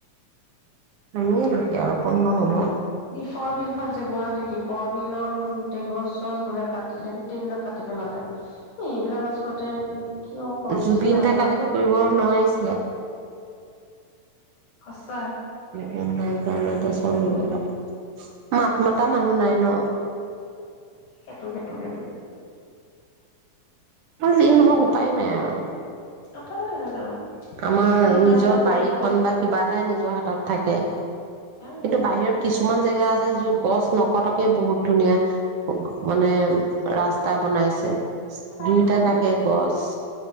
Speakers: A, on the right; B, on the left.
A: আমিয়ে দুখিয়া আৰু কোন নো হ'ব
B: দীপৰ বিল খন যে গুৱাহাটীৰ দ্বীপৰ বিলৰ তুংতেকৰ গছ চছ বোলে কাটিলে গোটেইবিলাক কাটি পেলালে এইবিলাক আচলতে কিয় কৰিছে
A: জুবিন
B: নাজানো
A: থকালৈকে কৰিব নোৱাৰিছিলে
B: সঁচা
A: মই নাই কাৰণেই টো মাত মতা মানুহ নাই ন
B: সেইটো সেইটো সেইটো
A: বা যি নহওক উপায় নাই আৰু
B: অ কনে আৰু
A: আমাৰ
B: কিবা
A: নিজৰ
B: এটা
A: বাৰীখন
B: কৰিবলৈ
A: বা কিবা এটাই নি নিজৰ হাতত থাকে কিন্তু
B: উম
A: বাহিৰত কিছুমান কিছুমান জেগা আছে য'ত গছ নকটকে বহুত ধুনীয়া মানে ৰাস্তা বনাইছে
B: তাতো
A: দুইটা কাষে গছ